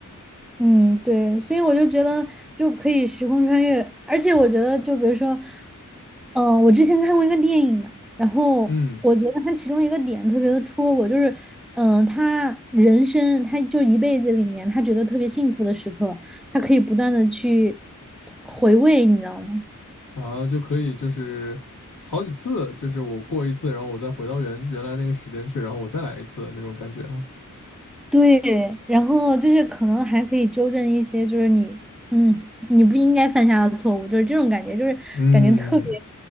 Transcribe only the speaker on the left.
嗯。
啊，就可以就是好几次，就是我过一次，然后我再回到原原来那个时间去，然后我再来一次那种感觉啊。
嗯，